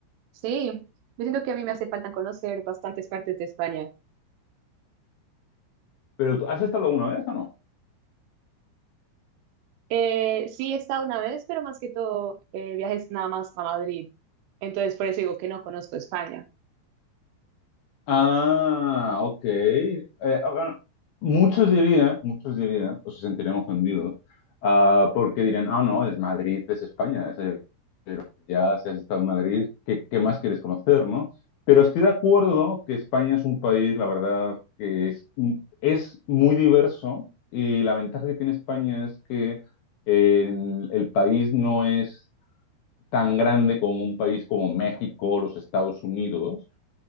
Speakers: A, on the right; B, on the left.
A: Sí, yo siento que a mí me hace falta conocer bastantes partes de España.
B: Pero has estado alguna vez o no?
A: Eh, sí, he estado una vez, pero más que todo eh, viajes nada más a Madrid. Entonces, por eso digo que no conozco España.
B: Ah, ok. Eh, a ver, muchos dirían, muchos dirían, o se sentirían ofendidos, ah, porque dirían, ah, no, es Madrid, es España, es- ya si has estado en Madrid, ¿qué, qué más quieres conocer, no? Pero estoy de acuerdo que España es un país, la verdad, que es, es muy diverso y la ventaja que tiene España es que el, el país no es tan grande como un país como México, los Estados Unidos